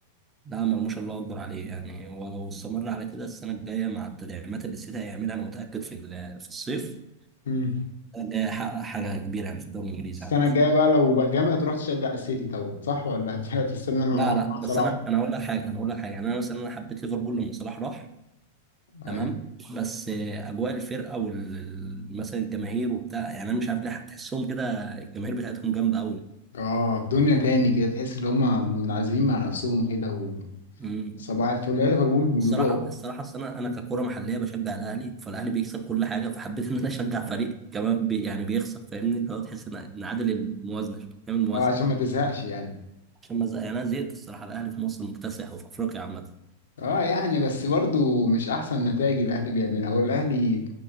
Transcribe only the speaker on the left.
فيه
السنة
الجاية بقى لو بقى جامد هتروح تشجع السيتي طبعا صح ولا هت- هتستنى إنه
مع
مع صلاح؟
ايوه
اه في دنيا تاني كده تحس ان هم منعزلين مع نفسهم كده
وصباح الفل يا ليفربول بيقولوا
اه آه، عشان ما تزهقش يعني
اه يعني بس برضو مش احسن نتائج الاهلي بيعملها هو الاهلي